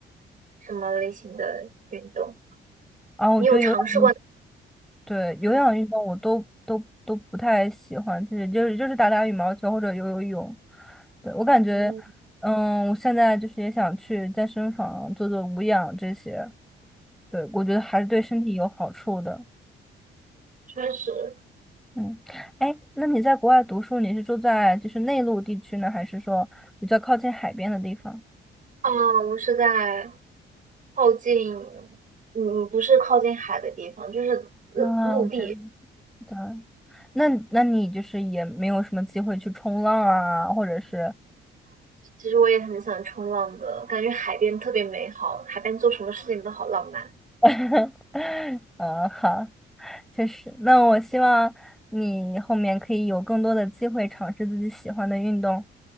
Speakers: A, on the right; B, in the centre.
A: 什么类型的运动？
B: 啊，我觉得有氧。
A: 你有尝试过？
B: 对，有氧运动我都都都不太喜欢，
A: 嗯，
B: 其实就是就是打打羽毛球或者游游泳。对，我感觉，
A: 嗯，
B: 嗯，我现在就是也想去健身房做做无氧这些，对，我觉得还是对身体有好处的。
A: 确实。
B: 嗯，哎，那你在国外读书，你是住在就是内陆地区呢，还是说比较靠近海边的地方？
A: 啊，我是在靠近，嗯，不是靠近海的地方，就是陆陆地。
B: 啊，我真的，那那你就是也没有什么机会去冲浪啊，或者是，
A: 其实我也很想冲浪的，感觉海边特别美好，海边做什么事情都好浪漫。
B: <laughs> 啊，好。确实，那我希望你后面可以有更多的机会尝试自己喜欢的运动。